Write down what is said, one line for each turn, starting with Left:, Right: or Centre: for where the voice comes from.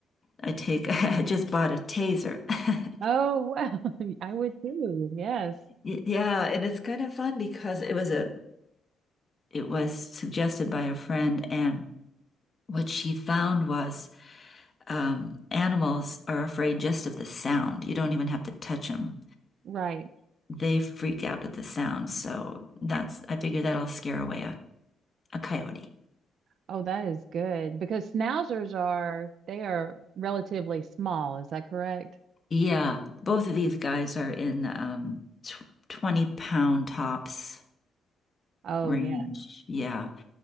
Left: I take <laughs> I just bought a taser. <laughs>
Right: Oh, well, <laughs> I would too. Yes.
Left: Y- Yeah, and it's kind of fun because it was a it was suggested by a friend and what she found was um, animals are afraid just of the sound. You don't even have to touch them.
Right: Right.
Left: They freak out at the sound. So that's, I figure that'll scare away a, a coyote.
Right: Oh, that is good because schnauzers are they are relatively small. Is that correct?
Left: Yeah, both of these guys are in um, tw 20 pound tops
Right: Oh,
Left: range.
Right: yeah.
Left: Yeah.